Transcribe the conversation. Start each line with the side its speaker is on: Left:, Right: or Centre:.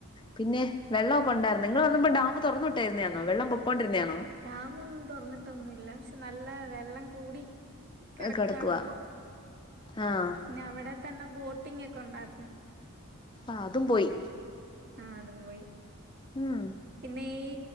Left: പിന്നെ വെള്ളക്കെ ഉണ്ടായിരുന്നു നിങ്ങള്ൾ വന്നപ്പോ ഡാമ് തുറന്നു വിട്ടിരുന്നതണ വള്ളപൊക്കൊണ്ടിരുന്നതണോ
Right: ഡാമൊന്നും തുറന്നിട്ടൊന്നുല്ല പക്ഷെ നല്ല വെള്ളം കൂടി കെടക്കാണി
Left: കിടക്കുവാ
Right: പ്പൊ
Left: ആഹ്
Right: ഞ അവിടെ തന്നെ ബോട്ടിങ് ഒക്കെ ഉണ്ടായിരുന്നു
Left: ആഹ് അതും പോയി
Right: ആഹ് അതും പോയി
Left: ഉം
Right: പിന്നെ ഈ